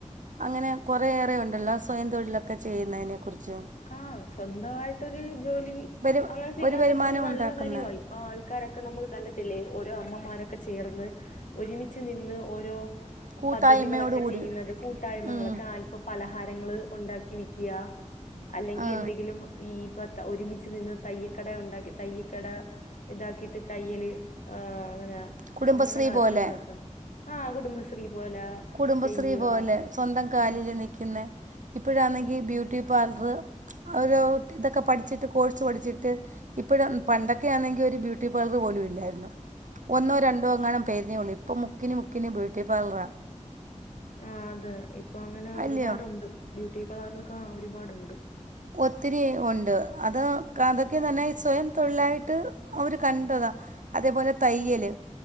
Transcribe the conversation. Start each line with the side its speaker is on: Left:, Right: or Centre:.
Right: അങ്ങനെ കുറേയേറെ ഉണ്ടല്ലോ സ്വയം തൊഴിലൊക്കെ ചെയ്യുന്നതിനെക്കുറിച്ച്
Left: ആഹ് സ്വന്തമായിട്ടൊരു ജോലി
Right: വരു
Left: അങ്ങനെ ചെയ്യാൻ
Right: വരുമാനം
Left: പറ്റുന്ന ഒരു
Right: ഉണ്ടാക്കുന്ന
Left: നല്ല കാര്യവയി ആ ആൾക്കാരൊക്കെ നമ്മൾ കണ്ടിട്ടില്ലേ ഓരോ അമ്മമാരൊക്കെ ചേർന്ന് ഒരുമിച്ച് നിന്ന് ഓരോ
Right: കൂട്ടായ്മയോട്
Left: പദ്ധതികളൊക്കെ
Right: കൂടി
Left: ചെയ്യുന്നത് കൂട്ടായ്മകളൊക്കെ
Right: ഉം
Left: ആ ഇപ്പം പലഹാരങ്ങള് ഉണ്ടാക്കി വിക്ക്‌യ അല്ലെങ്കിൽ
Right: ആ
Left: എന്തെങ്കിലും ഈ ഇപ്പ ഒരുമിച്ച് നിന്ന് തയ്യക്കട ഉണ്ടാക്കി തയ്യക്കട ഇതാക്കി ട്ട് തയ്യല് ആ അങ്ങനെയാ
Right: കുടുംബശ്രീ
Left: അങ്ങനെ കാശ്
Right: പോലെ
Left: ഉണ്ടാക്ക ആഹ് കുടുംബശ്രീ പോലെ
Right: കുടുംബശ്രീ
Left: ചെയ്യുക
Right: പോലെ സ്വന്തം കാലില്
Left: ഉം
Right: നിക്കുന്ന ഇപ്പോഴാണെങ്കിൽ ബ്യൂട്ടി പാൽറ്. ഒരു ഇതൊക്കെ പഠിച്ചിട്ട് കോഴ്സ് പഠിച്ചിട്ട് ഇപ്പഴും പണ്ടൊക്കെ ആണെങ്കി ഒരു ബ്യൂ ട്ടി പാർലർ പോലും ഇല്ലായിരുന്നു ഒന്നോ രണ്ടോ അങ്ങാനം പേരിനെ ഉള്ളെ ഇപ്പ മുക്കിന് മുക്കിന് ബ്യൂട്ടി പാർലറാ
Left: ആഹ് അതെ ഇപ്പൊ അങ്ങനെ
Right: അല്ലയോ
Left: ഒരുപാടുണ്ട് ബ്യൂട്ടി പാർലറിലൊക്കെ ഒരുപാടുണ്ട്
Right: ഒത്തിരി ഉണ്ട് അത് കാന്തെക്ക് തന്നെ സ്വയം തൊഴിലായിട്ട് അവർ കണ്ടതാ അതേപോലെ തയ്യല്